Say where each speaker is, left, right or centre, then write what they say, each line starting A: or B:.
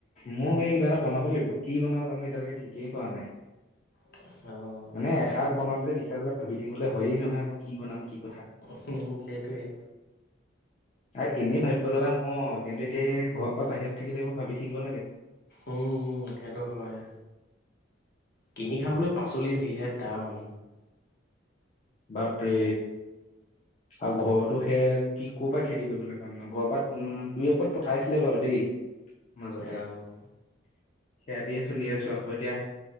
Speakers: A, on the left (about 40°); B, on the left (about 55°).
A: মোক সেই কিবা এটা বনাব লাগিব কি বনাও জানো এতিয়ালৈকে ঠিকেই কৰা নাই।
B: <unintelligible> অ'
A: মানে এসাঁজ বনালে যে সি এসাঁজ লৈ ভাবি থাকিবলৈ হয়য়ে নহয় আকৌ কি বনাম কি কথা।
B: উ সেইটোৱেই।
A: আ এনেই ভাবিব লগা নহয়। কিন্তু এতিয়া ঘৰৰ পৰা বাহিৰত থাকিলে এইবোৰ ভাবি থাকিব লাগে।
B: উম সেইটো হয় কিনি
A: উম।
B: খাবলৈ প পাচলিৰ যিহে দাম।
A: বাপৰে। আৰু ঘৰতো সেয়া কি ক'ৰ পৰা খেতি কৰিবলৈ পাম ন ঘৰৰ পৰা দুই এপত পঠাইছিলে বাৰু দেই। মাজতে
B: অ'।
A: সেয়া দিয়ে চলি আছো আকৌ এতিয়া।